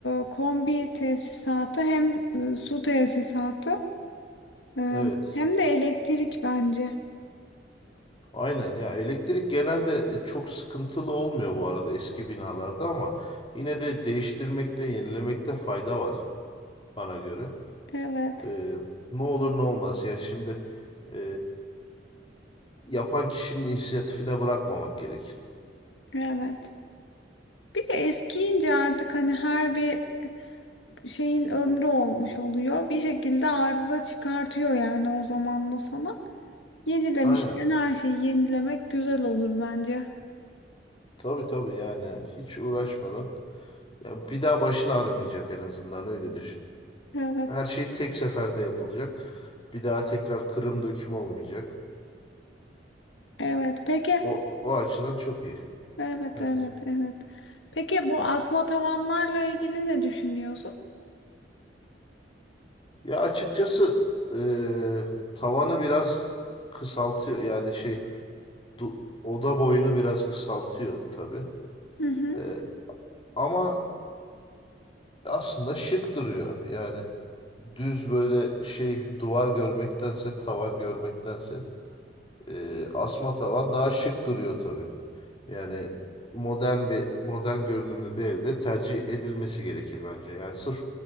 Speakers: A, on the left; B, on the left.
A: e, kombi tesisatı hem e, su tesisatı e,
B: Evet.
A: hem de elektrik bence.
B: Aynen ya elektrik genelde e, çok sıkıntılı olmuyor bu arada eski binalarda ama yine de değiştirmekte, yenilemekte fayda var bana göre.
A: Evet
B: Ee, ne olur ne olmaz ya şimdi e, yapan kişinin inisiyatifine bırakmamak gerekir.
A: evet. Bir de eskiyince artık hani her bir şeyin ömrü olmuş oluyor. Bir şekilde arıza çıkartıyor yani o zamanla sana. Yenilemişken
B: Aynen.
A: her şeyi yenilemek güzel olur bence.
B: Tabii tabii yani hiç uğraşmadan. Ya bir daha başın ağrımayacak en azından öyle düşün.
A: Evet
B: Her şey tek seferde yapılacak. Bir daha tekrar kırım döküm olmayacak.
A: evet. Peki
B: O, o açıdan çok iyi.
A: evet
B: Evet.
A: evet evet. Peki bu asma tavanlarla ilgili ne düşünüyorsun?
B: Ya açıkçası eee, tavanı biraz kısaltıyor. Yani şey du- oda boyunu biraz kısaltıyor tabii.
A: Hı hı,
B: Eee, ama aslında şık duruyor. Yani düz böyle şey duvar görmektense tavan görmektense E, asma tavan daha şık duruyor tabii. Yani modern bir modern görünümlü bir evde tercih edilmesi gerekir bence. Yani sırf